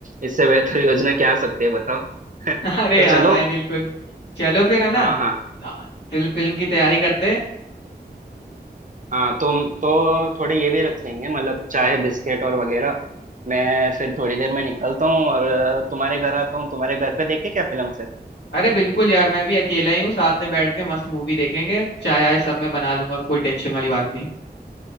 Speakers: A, on the right; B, on the left.
A: इससे बेहतर योजना क्या आ सकती है बताओ <laughs> तो
B: <laughs> अरे यार
A: चलो
B: भाई बिल्कुल चलो फिर है
A: हाँ
B: ना
A: हाँ
B: फिल्म फिल्म की तैयारी करते हैं
A: हाँ तो तो थोड़े ये भी रख लेंगे मतलब चाय बिस्किट और वगैरह मैं फिर थोड़ी देर में निकलता हूँ और अ, तुम्हारे घर आता हूँ तुम्हारे घर पे देखे क्या फिल्म फिर
B: अरे बिल्कुल यार मैं भी अकेला ही हूँ साथ में बैठ के मस्त मूवी देखेंगे चाय आय सब मैं बना लूंगा कोई टेंशन वाली बात नहीं